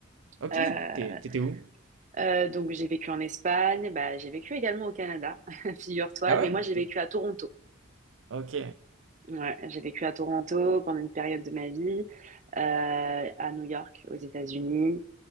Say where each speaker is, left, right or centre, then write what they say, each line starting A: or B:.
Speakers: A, on the right; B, on the right.
A: Ok,
B: Euh,
A: t'es- t'étais où?
B: euh, donc j'ai vécu en Espagne, bah, j'ai vécu également au Canada, <laughs> figure-toi,
A: Ah ouais?
B: mais moi j'ai
A: T'es-
B: vécu à Toronto.
A: Ok.
B: Ouais, j'ai vécu à Toronto pendant une période de ma vie, euh, à New York, aux États-Unis,